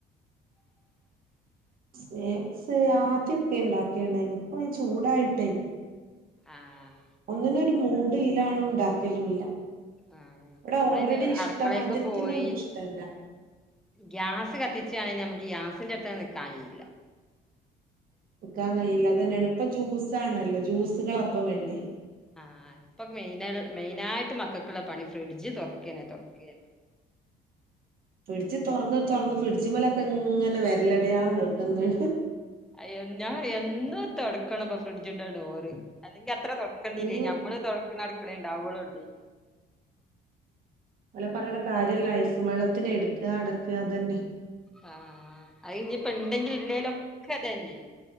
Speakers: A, in the centre; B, on the right.
A: <inaudible>
B: സ്നാക്സ് ആദ്യക്കെ ഉണ്ടാക്കിയാണനു ഇപ്പ ചൂടായിട്ടേ.
A: ആഹ്
B: ഒന്നിനൊരു മൂഡില്ലാണു ഉണ്ടാക്കലു ല്ല.
A: ആഹ്
B: ഇവിടെ
A: ഞമ്മളിനി
B: ഓൾറെഡി ഇഷ്ടം
A: അടുക്കളേക്ക്
B: മധുരത്തിന്റെ
A: പോയി
B: ഒന്നും ഇഷ്ടമല്ല.
A: ഗ്യാസ് കത്തിച്ചാ യന് നമുക്ക് ഗ്യാസിന്റെ അടുത്ത് നിക്കാനില്ല.
B: നിക്കാൻ കഴയില്ല. അത് തന്നെയാണ് ഇപ്പ ജ്യൂസാണല്ലോ. ജ്യൂസുകൾ അപ്പം വേണ്ടി.
A: ആഹ ഇപ്പൊ മെയിന മെയിനായിട്ട് മക്കൾക്കുള്ള പണി ഫ്രിഡ്ജ് തുറക്കനെ തുറക്ക <inaudible>
B: ഫ്രിഡ്ജ് തുറന്ന് തുറന്ന് ഫ്രിഡ്ജി മലൊക്കെ ഇങ്ങനെ വിരലടയാളം ക തൊടുന്ന്
A: അയ്യോ ഞാ എന്നു തുടക്കണംപ്പ ഫ്രിഡ്ജിൻ്റെ ഡോറ് അലെങ്കി അത്ര തുറക്കേണ്ടില്ല
B: ഉം
A: നമ്മള് തുറക്കണ ടിളക്കളേണ്ടാവുകളുണ്ട് ണ്ടേ
B: അല പറഞ്ഞേട്ട് കാര്യല്ല ഐസും വെള്ളത്തിന് എടുക അടക്കുക അതന്നെ
A: ആ അത് ഇനിയിപ്പ ഉണ്ടെങ്കിലും ഇല്ലെലൊക്കെ അതനേ